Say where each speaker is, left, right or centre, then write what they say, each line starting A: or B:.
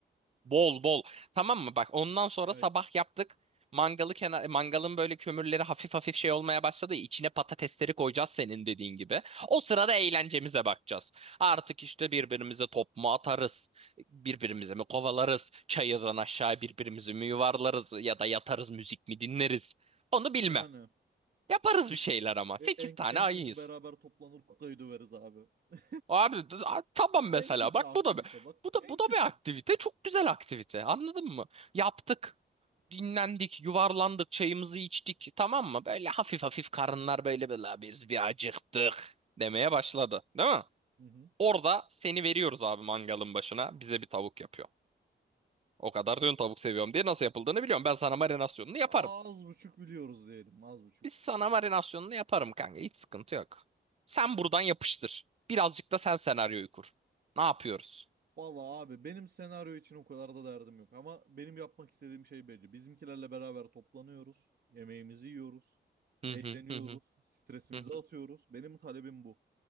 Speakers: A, on the right; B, on the right.
A: Bol bol. Tamam mı? Bak ondan sonra
B: Ay
A: sabah yaptık. Mangalı kenar, mangalın böyle kömürleri hafif hafif şey olmaya başladı. ya, İçine patatesleri koyacağız senin dediğin gibi. O sırada eğlencemize bakacağız. Artık işte birbirimize top mu atarız? Birbirimize mi kovalarız? Çayırdan aşağı birbirimizi mi yuvarlarız? Ya da yatarız müzik mi dinleriz? Onu bilmem.
B: yani
A: Yaparız bir şeyler ama.
B: E-
A: sekiz
B: en,
A: tane
B: en
A: ayıyız.
B: kötü beraber toplanır kutayı döveriz abi. <laughs>
A: Abi d- a- tamam mesela
B: En kötü
A: bak
B: aktivite
A: bu da bir-
B: bak.
A: bu da
B: En
A: bu da
B: kötü.
A: bir aktivite. Çok güzel aktivite. Anladın mı? Yaptık. Dinlendik, yuvarlandık, çayımızı içtik. Tamam mı? Böyle hafif hafif karınlar böyle böyle "La biz bir acıktık demeye başladı. Değil mi?
B: Hı hı.
A: Orada seni veriyoruz abi mangalın başına. Bize bir tavuk yapıyor. O kadar diyorsun tavuk seviyorum diye nasıl yapıldığını biliyorum. Ben sana marinasyonunu yaparım.
B: Az buçuk biliyoruz diyelim. Az buçuk.
A: Biz sana marinasyonunu yaparım kanka. Hiç sıkıntı yok. Sen buradan yapıştır. Birazcık da sen senaryoyu kur. Ne yapıyoruz?
B: Valla abi benim senaryo için o kadar da derdim yok. Ama benim yapmak istediğim şey belli. Bizimkilerle beraber toplanıyoruz. Yemeğimizi yiyoruz.
A: Hı
B: Eğleniyoruz.
A: hı hı hı
B: Stresimizi
A: hı hı.
B: atıyoruz. Benim talebim bu.